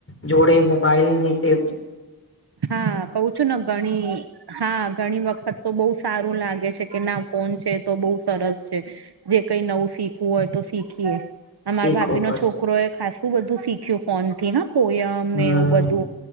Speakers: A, on the left; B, on the right.
A: જોડે મોબાઈલની જે
B: હા કું છું ને ગણી હા ઘણી વખત તો બહુ સારું લાગે છે કે ના ફોન છે તો બહ સરસ છે જે કઈ નવું શીખવું હોય તો શીખીએ અમાર
A: શીખવું
B: ભાભી નો
A: પડશે
B: છોકરો એ ખાસું બધું શીખ્યું ફોન થી હ પોયમ
A: હમ
B: ને એવું બધું